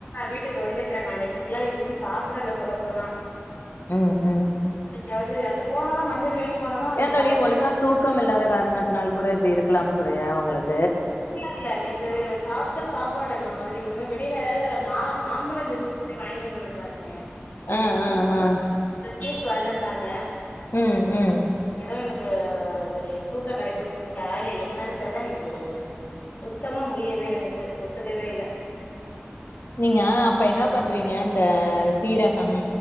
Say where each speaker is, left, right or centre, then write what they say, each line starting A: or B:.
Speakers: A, on the left; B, on the left.
A: வீட்டுக்கு வந்துட்டேன் நான் நேத்து ஃபுல்லா எதுமே சாப்பிடல்ல சொல்லப்போனா
B: ம் ம்
A: அதாவது போனதா மந்தி பிரியாணி போனாதா அதுங்க
B: ஏந்தோழி
A: ஆயிரூவா
B: ஒழுங்கா தூக்கம் இல்லாத காரணத்தினால் கூட இப்படி இருக் இருக்கலாம் கூடயா உங்ககளுக்கு
A: இல்ல இல்ல நேத்து சாப்பிட்டு சாப் ப்பாட்டு அந்த மாதிரி இவங்க வெளியில மாம்பழம் ஜூஸ்னு சொல்லி வாங்கிட்டு வந்த வந்தாங்க
B: ஆஹ் ஆஹ் ஆஹ்
A: ஜீஸ் வாங்கித்வந்தாங்க
B: உம் உம்
A: து எனக்கு அது சூட்ட களப்பி உட்டுட்டா இல்ல என்னன்னு தெர்ல எனக்கு ஓ சுத்தமா முடியவேல நேத்து ஒத்துக்கவே இல்ல
B: நீங்க அப்ப என்னப் பண்றீங்க இந்த சீரகம்